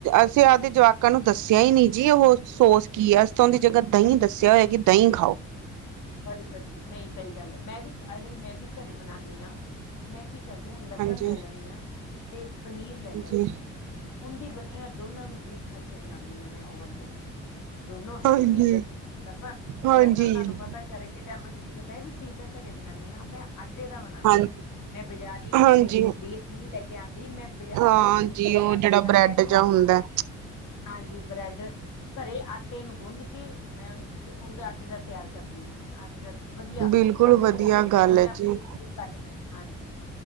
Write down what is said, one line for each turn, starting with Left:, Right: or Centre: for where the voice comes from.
Right: ਅਸੀਂ ਆਪਦੇ ਜਵਾਕ ਜੁਵਾਕਾਂ ਨੂੰ ਦੱਸਿਆ ਹੀ ਨਹੀਂ ਜੀ ਉਹ, ਸੋਸ ਕੀ ਹੈ ਅਸੀਂ ਉਹਦੀ ਜਗ੍ਹਾ ਦਹੀਂ ਦੱਸਿਆ ਹੋਇਆ ਕਿ ਦਹੀਂ ਖਾਓ।
Left: ਬੜੀ ਵਧੀਆ, ਨਹੀਂ ਸਹੀ ਗੱਲ ਏ, ਮੈਂ ਵੀ ਅਰੇ, ਮੈਂ ਵੀ ਘਰੇ ਬਣਾਨੀ ਆਂ। ਮੈਂ ਕੀ ਕਰਦੀ ਆਂ, ਲਸਣ
Right: ਹਾਂਜੀ,
Left: ਲੈ ਲੈਂਨੀ ਆਂ, ਤੇ ਪਨੀਰ ਲੈ ਲੈਂਨੀ
Right: ਹਾਂਜੀ।
Left: ਆਂ। ਉਹਦੀ ਬਣ ਐ ਦੋਨਾਂ ਨੂੰ ਬੀਟ ਕਰਕੇ ਬਣਾਨੀ ਆਂ ਮੈ ਓਵਨ ਚ। ਦੋਨੋ ਹੈਲਦੀ,
Right: ਹਾਂਜੀ,
Left: ਦੱਸਾਂ
Right: ਹਾਂਜੀ।
Left: ਲਸਣ ਤੁਹਾਨੂੰ ਪਤਾ। ਘਰੇ ਕਿੱਡਾ ਵਧੀਆ ਚੀਜ਼ ਆ, ਮੈਂ ਵੀ ਪੀਜ਼ਾ ਘਰੇ ਬਣਾਉਦੀ ਹਾਂ। ਮੈਂ ਆਟੇ ਦਾ ਬਣਾਨੀ
Right: ਹਾਂਜੀ,
Left: ਆਂ, ਮੈਂ ਬਾਜ਼ਾਰੀ,
Right: ਹਾਂਜੀ,
Left: ਬੇਸ ਨਹੀਂ ਲੈ ਕੇ ਆਂਦੀ। ਮੈਂ ਬਜ਼ਾਰ,
Right: ਹਾਂ
Left: ਘਰੇ ਹੀ
Right: ਜੀ
Left: ਘਰੇ
Right: ਉਹ
Left: ਆਟੇ
Right: ਜਿਹੜਾ
Left: ਦਾ
Right: ਬ੍ਰੈਡ
Left: ਲੈ ਕੇ,
Right: ਜਾ ਹੁੰਦਾ।
Left: ਹਾਂਜੀ ਬ੍ਰੈਡ। ਘਰੇ ਆਟੇ ਨੂੰ ਗੁੰਨ ਕੇ ਮੈਂ ਤੇ ਉਹਦੇ ਆਟੇ ਦਾ ਤਿਆਰ ਕਰਦੀ ਹਾਂ। ਮੈਂ ਆਟੇ ਦਾ ਵਧੀਆ,
Right: ਬਿਲਕੁਲ
Left: ਔਰ ਫਿਰ
Right: ਵਧੀਆ
Left: ਉਵੇਂ ਹੀ
Right: ਗੱਲ
Left: ਸਬਜ਼ੀਆਂ
Right: ਹੈ
Left: ਬਾਰੀਕ-ਬਾਰੀਕ
Right: ਜੀ।
Left: ਕੱਟ ਕੇ। ਹਾਂਜੀ,